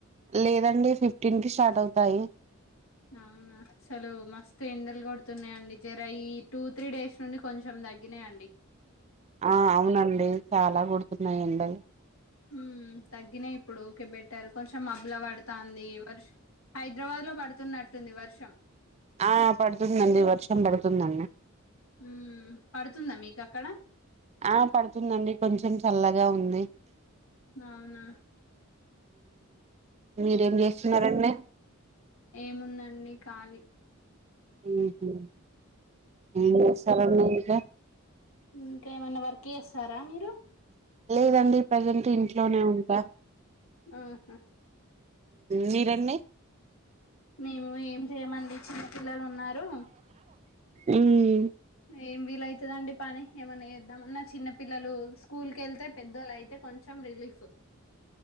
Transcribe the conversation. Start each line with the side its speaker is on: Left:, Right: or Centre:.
Right: లేదండి ఫిఫ్టీన్ కి స్టార్ట్ అవుతాయి
Left: అవునా అసలు మస్తు ఎండలు కొడుతున్నాయండి జర ఈ టూ త్రీ డేస్ నుండి కొంచెం తగ్గినాయండి
Right: ఆ అవునండి చాలా కొడుతున్నాయి అండి
Left: ఉ తగ్గినాయి ఇప్పుడు ఒకే బె ట్టారు కొంచెం మబ్బుల పడుతాంది వర్షం హైదరాబాద్ లో పడుతున్నట్టుంది వర్షం
Right: ఆ పడుతుందండి వర్షం పడుతుందండి
Left: ఉమ్ పడుతుందా మీకు అక్కడ
Right: ఆ పడుతుందండి కొంచెం చల్లగా ఉంది
Left: అవునా
Right: మీరేం చేస్తున్నారండి
Left: ఏముందండి కాళీ
Right: ఊ హు ఏంచేస్తారండి ఇక
Left: ఇంకా ఏమన్నా వర్క్ చేస్తారా మీరు
Right: లేదండి ప్రజెంట్ ఇంట్లోనే ఉంటా
Left: ఆహా
Right: మీరన్నీ
Left: మేము ఏమి చేయమండి చిన్నపిల్లలు ఉన్నారు
Right: ఉమ్
Left: ఏం వీలయితుందండి పని ఏమన్నా చేద్దామన్నా చిన్న పిల్లలు స్కూల్ కి వెళ్తే పెద్దోళ్ళయితే కొంచెం రిలీఫ్